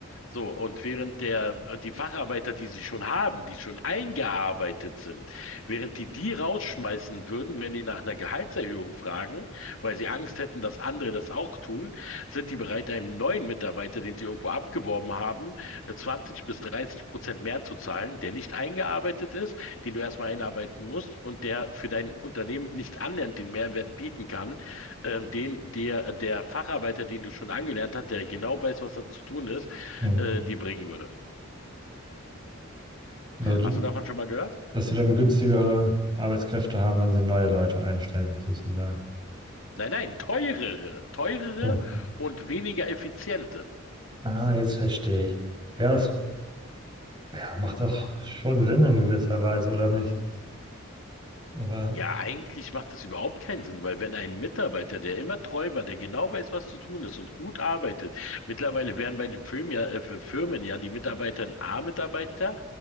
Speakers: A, on the left (about 75°); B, on the right (about 20°).
A: So, und während der, äh, die Facharbeiter, die sie schon haben, die schon eingearbeitet sind, während die die rausschmeißen würden, wenn die nach einer Gehaltserhöhung fragen, weil sie Angst hätten, dass andere das auch tun, sind die bereit, einem neuen Mitarbeiter, den sie irgendwo abgeworben haben, 20 bis 30 Prozent mehr zu zahlen, der nicht eingearbeitet ist, den du erstmal einarbeiten musst und der für dein Unternehmen nicht annähernd den Mehrwert bieten kann, ähm, den der, der Facharbeiter, den du schon angelernt hast, der genau weiß, was da zu tun ist,
B: Mhm.
A: äh, dir bringen würde.
B: Also, die-
A: Hast du davon schon mal gehört?
B: dass sie dann günstigere Arbeitskräfte haben, wenn sie neue Leute einstellen, sozusagen.
A: Nein, nein, teurere, teurere
B: So.
A: und weniger effiziente.
B: Ah, jetzt verstehe ich. Ja, das ja, macht doch schon Sinn in gewisser Weise, oder nicht? Aber
A: Ja, eigentlich macht das überhaupt keinen Sinn, weil wenn ein Mitarbeiter, der immer treu war, der genau weiß, was zu tun ist und gut arbeitet, mittlerweile werden bei den Firmen ja, äh, für Firmen ja die Mitarbeiter ein A-Mitarbeiter,